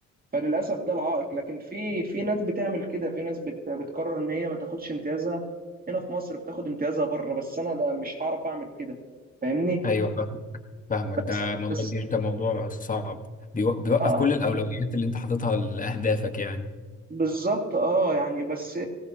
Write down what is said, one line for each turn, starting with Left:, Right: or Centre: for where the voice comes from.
Right: فللاسف ده العائق لكن في في ناس بتعمل كده في ناس بت بتقرر ان هي ما تاخدش امتيازها هنا في مصر بتاخد امتيازها بره بس انا ده مش هعرف اعمل كده فاهمني
Left: ايوه فاهم فاهمك
Right: بس
Left: ده موضوع
Right: بس
Left: الجيش ده موضوع صعب بيو- بيوقف
Right: اه
Left: كل الاولويات اللي انت حاططها لاهدافك يعني
Right: بالظبط اه يعني بس